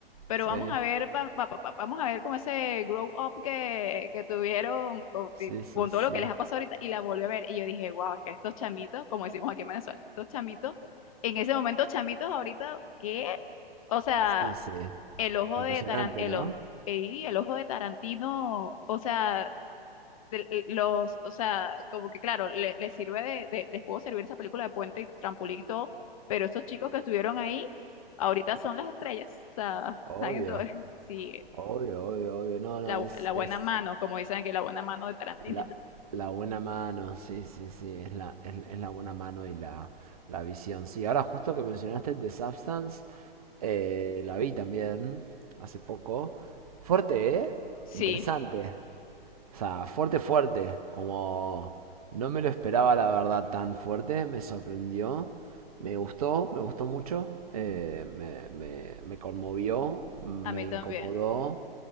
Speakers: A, on the left; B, on the right.
A: Pero
B: Sí,
A: vamos a ver, pa- pa- pa- pa- vamos a ver como ese grow up que, que tuvieron con,
B: sí,
A: di-
B: sí,
A: con
B: sí.
A: todo lo que les ha pasado ahorita y la volví a ver y yo dije, wow, es que estos chamitos, como decimos aquí en Venezuela, estos chamitos, en ese momento chamitos ahorita, ¿qué? O sea,
B: Sí, sí.
A: el ojo
B: Impresionante,
A: de Tarantino,
B: ¿no?
A: el ojo, ey, el ojo de Tarantino, o sea, de- los, o sea, como que claro, le- les sirve de, de- les pudo servir esa película de puente y trampolín y todo, pero estos chicos que estuvieron ahí, ahorita son las estrellas, o sea, <laughs>
B: Obvio,
A: están en todo, <laughs> sí,
B: obvio, obvio, obvio. No, no,
A: la,
B: es,
A: la buena
B: es,
A: mano, como dicen aquí, la buena mano de Tarantino.
B: La,
A: <laughs>
B: la buena mano, sí, sí, sí, es la, es, es la buena mano y la, la visión. Sí, ahora justo que mencionaste The Substance, eh, la vi también hace poco. Fuerte, ¿eh?
A: Sí,
B: Interesante. O sea, fuerte, fuerte. Como no me lo esperaba, la verdad, tan fuerte. Me sorprendió. Me gustó, me gustó mucho. eh, me, me, me conmovió, me
A: a mí también,
B: incomodó